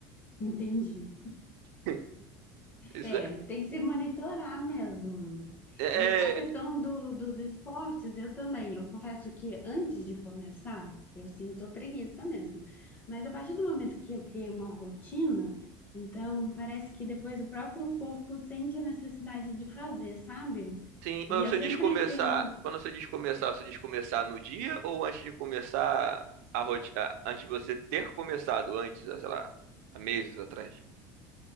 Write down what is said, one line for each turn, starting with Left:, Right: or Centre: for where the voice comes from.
Left: Entendi.
Right: <laughs> Isso
Left: É, tem que se monitorar mesmo.
Right: é,
Left: E a questão
Right: é-
Left: do, dos esportes, eu também. Eu confesso que antes de começar, eu sinto preguiça mesmo. Mas a partir do momento que eu criei uma rotina, então parece que depois o próprio corpo sente a necessidade de fazer, sabe?
Right: sim, mas
Left: E eu
Right: você
Left: sempre
Right: diz começar,
Left: tento.
Right: quando você diz começar, você diz começar no dia ou antes de começar a rotina, antes de você ter começado, antes, ah, sei lá, há meses atrás?